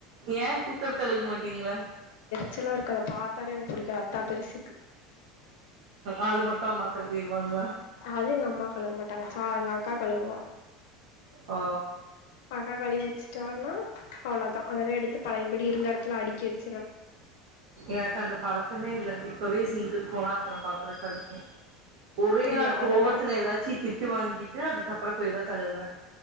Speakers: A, on the right; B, on the left.
A: என் குக்கர் செலவுக்கு மாட்டீங்களா
B: ச்சலா இருக்கு அத பாத்தாலே எனக்கு புடிக்காது தா பெரிசிக்கு
A: அது மட்டு அம்மா கழுவிருவாங்களா
B: அது எங்க அம்மா கழுவ மாட்டாங்க சாங்காலக்கா கழவுவா
A: ஓ
B: பக்கக் கழிவி வெச்சுட்டார்னா அவ்ளோதா அதெல்லா எடுத்து பழையபடி இருந்த எடத்துல அடிக்கி வ
A: ஏன்ட அந்த பழக்கமே இல்ல இப்பவே சிங்க்குக் போனா அத்தன பாத்ரொம் கெடக்கும் ஒரே
B: இல்ல
A: நாள்
B: அதெல்லா
A: கோவத்துல எதாச்சி திட்டு வாங்கி டு அதுக்கப்பறம் போய் தான் தழுவுவேன்